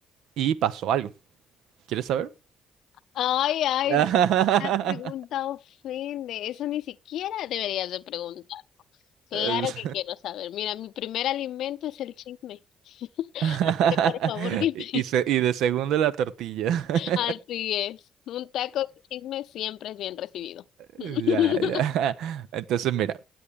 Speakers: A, on the right; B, on the left.
A: y pasó algo. ¿Quieres saber?
B: Ay, ay,
A: <laughs>
B: la pregunta ofende, eso ni siquiera deberías de preguntar. Claro
A: Es-
B: que quiero saber, mira, mi primer alimento es el chisme, <laughs>
A: <laughs>
B: así que por favor dime.
A: Y, y se- y de segundo la tortilla. <laughs>
B: Así es. Un taco de chisme siempre es bien recibido. <laughs>
A: Ya, ya. Entonces, mira.